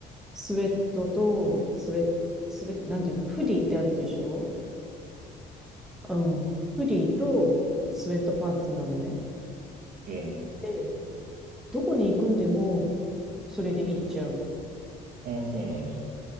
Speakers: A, in the centre; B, on the right.
A: スウェットと、スウェット、スウェット、なんていうの、フディってあるでしょうん。フディとスウェットパンツなのね。
B: うん。
A: で、どこに行くんでも、それで行っちゃう。
B: ああ、そうなんだ。